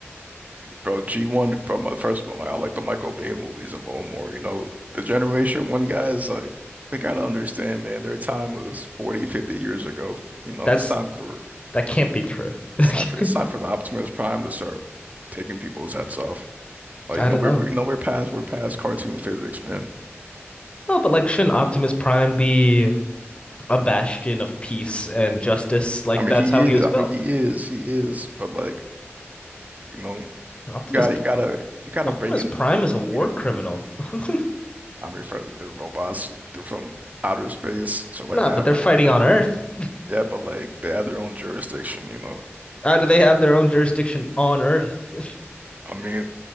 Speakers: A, on the right; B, on the left.
A: Bro, G1, bro, my, first of all, I like the Michael Bay movies a little more, you know. The Generation 1 guys, like, they gotta understand, man, their time was 40, 50 years ago. You know,
B: that's
A: it's time for,
B: that can't be true. <laughs>
A: it's
B: I
A: time for, it's time for the Optimus Prime to start taking people's heads off. Like,
B: don't
A: you know, we're,
B: know.
A: we're- you know, we're past, we're past cartoon physics, man.
B: Oh, but like, shouldn't Optimus Prime be a bastion of peace and justice? Like,
A: I mean,
B: that's
A: he
B: how
A: is,
B: he was
A: I
B: built.
A: mean, he is, he is, but like, you know,
B: Optimus
A: gotta, you gotta, you gotta
B: Optimus
A: bring in
B: Prime
A: the, ra- you
B: is a
A: gotta
B: war
A: bring in the
B: criminal.
A: revenue.
B: <laughs>
A: I mean, for the robots, they're from outer space, so like
B: Nah,
A: they
B: but
A: have
B: they're
A: their
B: fighting
A: own.
B: on Earth.
A: Yeah, but like they have their own jurisdiction, you know.
B: <laughs> How do they have their own jurisdiction on Earth? <laughs>
A: I mean,